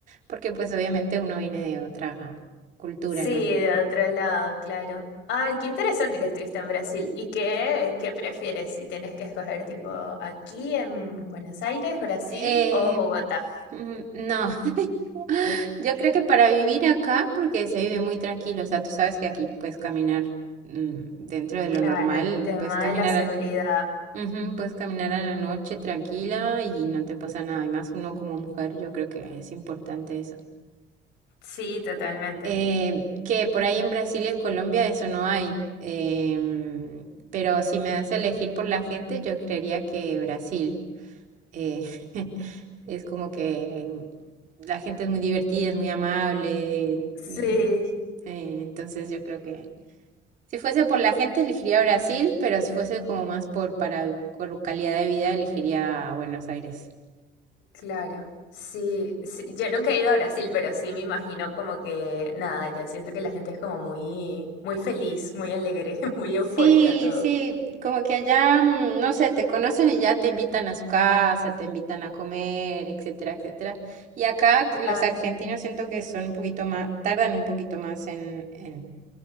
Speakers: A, on the right; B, on the left.
A: Porque pues obviamente uno viene de otra cultura,
B: Sí,
A: ¿no?
B: de otro lado, claro. Ay, qué interesante que estuviste en Brasil. ¿Y qué, qué prefieres si tienes que escoger tipo aquí en Buenos Aires, Brasil
A: Eh,
B: o Bogotá?
A: mm, no. <laughs> Yo creo que para vivir acá, porque se vive muy tranquilo, o sea, tú sabes que aquí puedes caminar mm, dentro de
B: Claro,
A: lo normal,
B: el tema
A: puedes caminar
B: de la seguridad.
A: al, ujú, puedes caminar a la noche tranquila y no te pasa nada. Y más uno como mujer, yo creo que es importante eso.
B: Sí, totalmente.
A: Eh, que por ahí en Brasil y en Colombia eso no hay. em, pero si me das a elegir por la gente, yo creería que Brasil eh, <laughs> es como que la gente es muy divertida, es muy amable.
B: Sí,
A: mm, eh, entonces yo creo que si fuese por la gente elegiría Brasil, pero si fuese como más por para vi- por calidad de vida elegiría Buenos Aires.
B: claro. Sí, sí, yo nunca he ido a Brasil, pero sí me imagino como que nada, ya siento que la gente es como muy, muy feliz, muy alegre, <laughs> muy eufórica
A: Sí,
B: todo.
A: sí, como que allá, mm, no sé, te conocen y ya te invitan a su casa, te invitan a comer, etcétera, etcétera. Y acá
B: Claro.
A: los argentinos siento que son un poquito más, tardan un poquito más en en